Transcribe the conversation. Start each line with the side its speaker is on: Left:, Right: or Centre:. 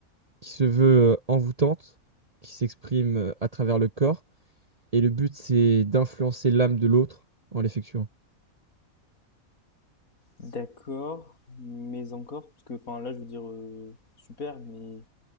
Right: qui se veut euh, envoûtante, qui s'exprime euh, à travers le corps. Et le but, c'est d'influencer l'âme de l'autre en l'effectuant.
Left: D'accord, mais encore, parce que enfin là je veux dire euh, super, mais